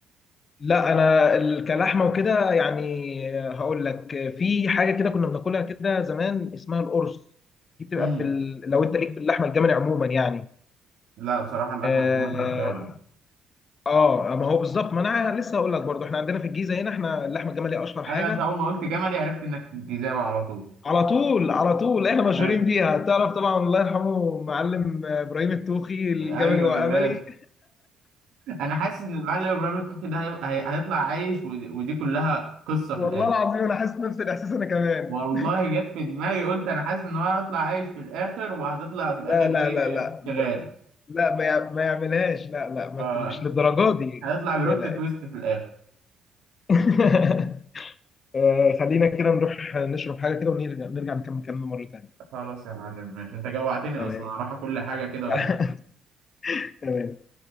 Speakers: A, on the left; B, on the right.
A: لا انا ال- كلحمه وكده يعني هقول لك في حاجه كده كنا بناكلها كده زمان اسمها القرص دي بتبقى
B: مم.
A: في ال... لو انت ليك في اللحمه الجملي عموما يعني
B: لا بصراحة اللحمة
A: اه
B: الجملي مش أوي يعني
A: آه، ما هو بالظبط ما انا لسه هقول لك برضو احنا عندنا في الجيزه هنا احنا اللحمه الجملي اشهر حاجه
B: أيوه أنت أول ما قلت جملي عرفت إنك جيزاوي على طول
A: على طول على طول احنا مشهورين
B: أيوه
A: بيها تعرف طبعا الله يرحمه معلم ابراهيم التوخي الجملي
B: أيوه
A: واملي
B: يا باشا أنا حاسس إن المعلم إبراهيم الطوخي ده هي... هي... هيطلع عايش ودي... ودي كلها قصة في
A: والله
B: الآخر
A: العظيم انا حاسس نفس الاحساس انا كمان
B: والله جت في دماغي قلت أنا حاسس إن هو هيطلع عايش في الآخر وهتطلع في الآخر
A: لا
B: دي
A: لا لا لا
B: شغال
A: لا, لا ما يع- ما يعملهاش لا لا ما
B: آه
A: ت- مش للدرجه دي
B: هيطلع بلوت
A: لا لا
B: تويست في الآخر
A: <laughs> آه، خلينا كده نروح نشرب حاجه كده ونرجع نرجع نكمل كلامنا مره تانيه
B: خلاص يا معلم ماشي انت جوعتني اصلا
A: تمام
B: هروح اكل حاجه كده
A: <laughs> تمام